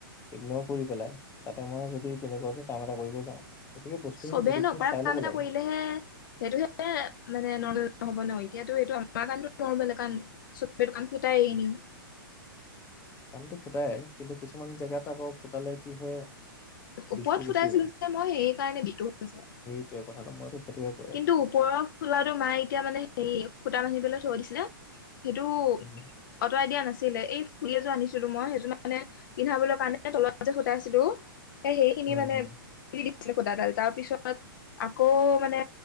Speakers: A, on the left (about 20°); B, on the left (about 60°).
A: ইগনৰ কৰি পেলাই তাতে মই যদি তেনেকুৱাকে কাম এটা কৰিব যাওঁ। গতিকে বস্তুখিনি
B: চবেই
A: গোটেইখিনি
B: নকৰা
A: চাই
B: কাম
A: ল'ব
B: এটা
A: লাগে
B: কৰিলেহে। সেইটোহে মানে নৰ্মেল হ'ব ন এতিয়াতো এইটো আমাৰ কাৰণতো নৰমেল কাৰণ। চপ্ৰেই কান ফুতাই এনিউ।
A: কাণতটো ফুটাই কিন্তু কিছুমান জেগাত আকৌ ফুটালে কি হয়।
B: ওপৰত
A: বিষটো
B: ফুটাইছিলো
A: বেছি হয়
B: যে মই সেই কাৰণে বিষতো হৈছে।
A: সেইটোৱে কথাটো মইতো সেইটোৱে।
B: কিন্তু ওপৰৰ খোলাটো মায়ে এতিয়া মানে হেৰি সূতা বান্ধিবলৈ থৈ দিছে ন। সেইটো
A: উম
B: আঁতৰাই দিয়া নাছিলে এই ফুলি এযোৰ আনিছিলো মই সেইযোৰ মানে। পিন্ধাবলৈ কাৰণে তলত যে ফুটাই আছিলো। এ সেইখিনি
A: উম
B: মানে
A: হম
B: দি দিছিলে সূতাডাল তাৰ পিছত আকৌ। মানে